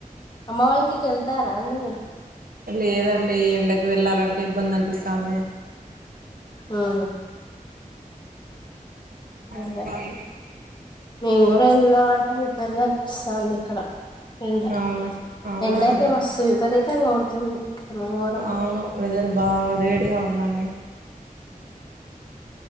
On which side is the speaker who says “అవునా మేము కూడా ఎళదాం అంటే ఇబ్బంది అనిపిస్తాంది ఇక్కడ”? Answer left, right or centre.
Left